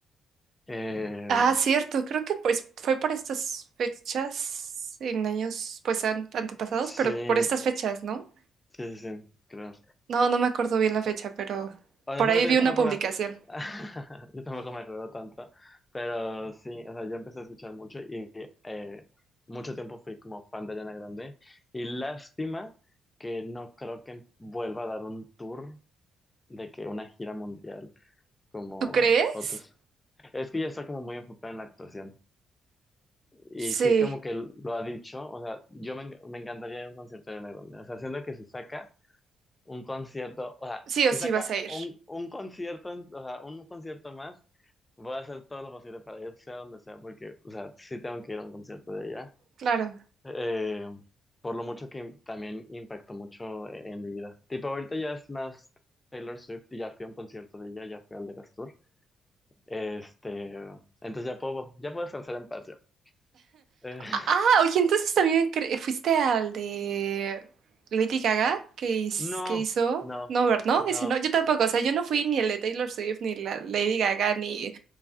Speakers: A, on the left (about 20°); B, on the right (about 65°).
A: Eh,
B: Ah, cierto, creo que pues fue por estas fechas, en años pues an- antepasados,
A: sí,
B: pero por estas fechas, ¿no?
A: sí, sí, sí, creo.
B: No, no me acuerdo bien la fecha, pero
A: Honestamente,
B: por ahí vi
A: yo tampoco
B: una publicación.
A: me, <laughs> yo tampoco me acuerdo tanto, pero sí, o sea, yo empecé a escuchar mucho y eh, mucho tiempo fui como fan de Ariana Grande y lástima que no creo que vuelva a dar un tour de que una gira mundial como
B: ¿Tú crees?
A: otros. Es que ya está como muy enfocada en la actuación y
B: Sí,
A: sí como que lo ha dicho, o sea, yo me, en- me encantaría ir a un concierto de Ariana Grande, o sea, siento que se saca un concierto, o sea,
B: sí
A: si
B: o sí
A: saca
B: vas a ir.
A: un, un concierto, en- o sea, un concierto más, voy a hacer todo lo posible para ir, sea donde sea, porque, o sea, sí tengo que ir a un concierto de ella.
B: Claro.
A: Eh, por lo mucho que también impactó mucho en, en mi vida. Tipo, ahorita ya es más Taylor Swift y ya fui a un concierto de ella, ya fui al de Eras Tour. Este, entonces ya puedo, ya puedo descansar en paz ya. Eh,
B: Ah, oye, entonces también cre- fuiste al de Lady Gaga que,
A: <laughs>
B: his-
A: no,
B: que hizo.
A: no,
B: No, ver- ¿no?
A: no.
B: Ese no, yo tampoco. O sea, yo no fui ni el de Taylor Swift, ni la Lady Gaga, ni.